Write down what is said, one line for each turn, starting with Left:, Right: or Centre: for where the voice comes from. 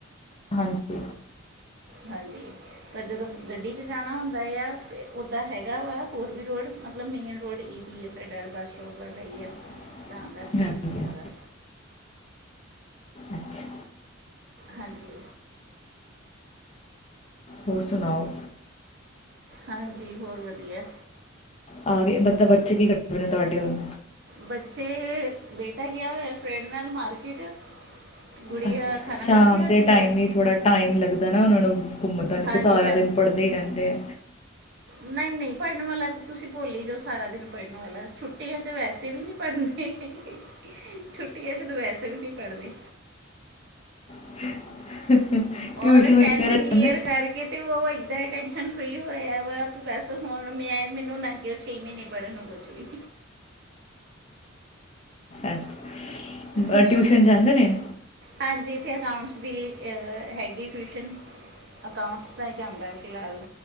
Left: ਹਾਂਜੀ।
Right: ਹਾਂਜੀ। ਪਰ ਜਦੋਂ, ਗੱਡੀ 'ਚ ਜਾਣਾ ਹੁੰਦਾ ਆ, ਫਿਰ ਉੱਦਾਂ ਹੈਗਾ ਵਾ ਹੋਰ ਵੀ ਰੋਡ, ਮਤਲਬ ਮੇਨ ਰੋਡ ਹੀ ਹੀ ਸਾਡਾ, ਬੱਸ ਸਟੋਪ ਵਾਲਾ ਹੀ ਹੈ।
Left: <inaudible>
Right: ਤਾਂ ਕਰਕੇ
Left: ਹਾਂਜੀ
Right: ਜ਼ਿਆਦਾ
Left: ਅੱਛਾ।
Right: ਹਾਂਜੀ।
Left: ਹੋਰ ਸੁਣਾਓ?
Right: ਹਾਂਜੀ, ਹੋਰ ਵਧੀਆ।
Left: ਆਗੇ, ਮਤਲਬ ਬੱਚੇ ਕੀ ਕੱਰਦੇ ਪਏ ਨੇ ਤੁਹਾਡੇ ਹੁਣ?
Right: ਬੱਚੇ, ਬੇਟਾ ਗਿਆ ਹੋਇਆ ਫਰੈਂਡ ਨਾਲ ਮਾਰਕੀਟ ਗੁੜੀਆ
Left: ਅੱਛਾ,
Right: ਖਾਣਾ
Left: ਸ਼ਾਮ
Right: ਖਾ ਕੇ
Left: ਦੇ
Right: ਹਟੀ
Left: ਟਾਈਮ
Right: ਹੈ
Left: ਹੀ ਥੋੜ੍ਹਾ ਟਾਈਮ ਲੱਗਦਾ ਨਾ ਉਹਨਾਂ ਨੂੰ ਘੁੰਮਣ ਦਾ, ਨਹੀਂ
Right: ਹਾਂਜੀ
Left: ਤਾਂ ਸਾਰਾ ਦਿਨ ਪੜ੍ਹਦੇ ਹੀ ਰਹਿੰਦੇ ਆ।
Right: ਨਹੀਂ-ਨਹੀਂ, ਪੜ੍ਹਨ ਵਾਲਾ ਤਾਂ ਤੁਸੀਂ ਭੋਲ ਹੀ ਜੋ, ਸਾਰਾ ਦਿਨ ਪੜ੍ਹਨ ਵਾਲਾ ਛੁੱਟੀਆਂ 'ਚ ਵੈਸੇ ਵੀ ਨਹੀਂ ਪੜ੍ਹਨਦੇ ਹੈਗੇ, ਛੁੱਟੀਆਂ 'ਚ ਤਾਂ ਵੈਸੇ ਵੀ ਨਹੀਂ ਪੜ੍ਹਦੇ।
Left: <inaudible> <inaudible>
Right: ਔਰ ਟੈਂਥ
Left: ਵਗੈਰਾ ਜਾਂਦੇ
Right: ਕਲੀਅਰ ਕਰਕੇ ਕਿ ਤੇ ਉਹ ਇੱਦਾਂ ਹੀ ਟੈਨਸ਼ਨ ਫਰੀ ਹੋਇਆ ਵਾ, ਬਸ ਹੁਣ ਮੈਂ ਮੈਨੂੰ ਨਾ ਛੇ ਮਹੀਨੇ ਪੜਨ ਨੂੰ ਕੁਛ ਵੀ
Left: ਅੱਛਾ,
Right: ਹਾਂ।
Left: ਟਿਊਸ਼ਨ ਜਾਂਦੇ ਨੇ?
Right: ਹਾਂਜੀ, ਇੱਥੇ ਅਕਾਊਂਟਸ ਦੀ ਹੈਗੀ ਟਿਊਸ਼ਨ ਅਕਾਊਂਟਸ ਦਾ ਹੀ ਜਾਂਦਾ ਫਿਲਹਾਲ,